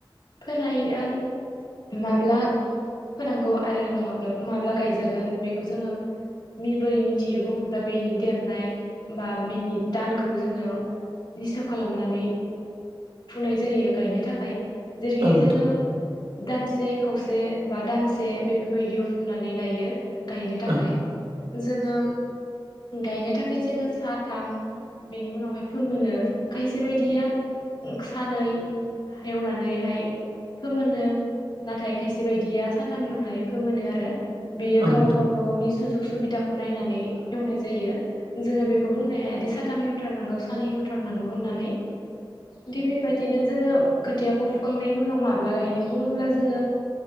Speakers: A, on the left; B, on the right.
A: फोनाय आन माब्ला फोनांगौ आरो नङाब्ला माब्ला गायजागोन बेखौ जोङो बोरै मिथियो बुङोब्ला बिनि देरनाय बा बिनि दानखौ जोङो हिसाब खालामनानै फुनाय जायो गायनो थाखाय जेरैहाय
B: औ नोंथां
A: जोङो दानसे खावसे बा दानसे बेफोरबायदियाव फुनानै लायो गायनो थाखाय
B: औ नोंथां औ
A: जोङो गायनो थाखाय जोङो साथाम बेनि उनावहाय फोमोनो खायसे बायदिया सानै एवनानैहाय फोमोनो नाथाय खायसे बायदिया साथाम हेवनानै फोमोनो आरो बेयो गाव-
B: नोंथां
A: गावबा
B: औ नोंथां
A: गावनि सुजुग सुबिदाखौ खौ नायनानै हेवनाय जायो जोङो बेखौ बुंनो हायादि स साथाम हेवथारनांगौ सानैहेवथारनांगौ होननानै थिग बेबायदिनो जोङो खोथियाखौ फुखांनायनि उनाव माब्ला गायनो बुङोब्ला जोङो